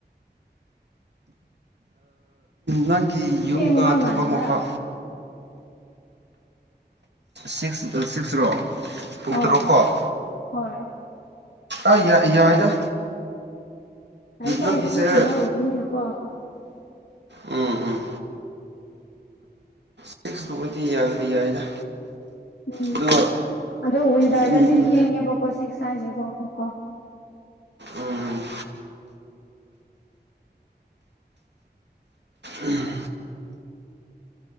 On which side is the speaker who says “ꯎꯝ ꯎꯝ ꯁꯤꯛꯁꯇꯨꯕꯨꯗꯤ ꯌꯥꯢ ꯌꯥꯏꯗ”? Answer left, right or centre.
Right